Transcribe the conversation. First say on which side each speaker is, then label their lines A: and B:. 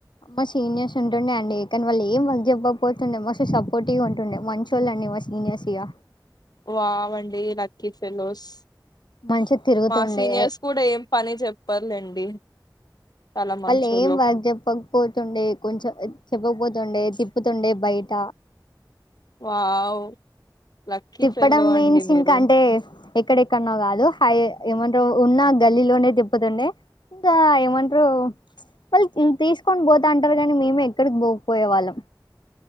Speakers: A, on the left; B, on the left.
A: మా సీనియర్స్ ఉంటుండే అండి కానీ వాళ్ళు ఏం వర్క్ చెప్పకపోతుండే మస్తు సపోర్టివ్గా ఉంటుండే మంచోళ్ళండి మా సీనియర్స్ ఇగా
B: వావ్ అండి లక్కీ ఫెలోస్
A: మంచిగా తిరుగుతుండే
B: మా సీనియర్స్ కూడా ఏం పని చప్పరులేండి చాలా మంచోళ్ళు
A: వాళ్ళు ఏం వర్క్ చెప్పకపోతుండే కొంచెం చెప్పకపోతుండే తిప్పుతుండే బయట
B: వావ్ లక్కీ
A: తిప్పడం
B: ఫెల్లో అండి
A: మీన్స్
B: మీరు
A: ఇంకా అంటే ఎక్కడెక్కడనో కాదు హై ఏమంటారు ఉన్నా గల్లీలోనే తిప్పుతుండే ఇంకా ఏమంటారు వాళ్ళు తీసుకొని పోతా అంటారు కానీ మేమే ఎక్కడికి పోకపోయే వాళ్ళం